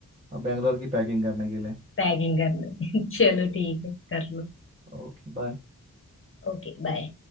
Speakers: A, on the right; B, on the left.
A: अब बैंगलोर की पैकिंग करने के लिए
B: पैकिंग करने <laughs> चलो ठीक है कर लो
A: Okay bye
B: Okay bye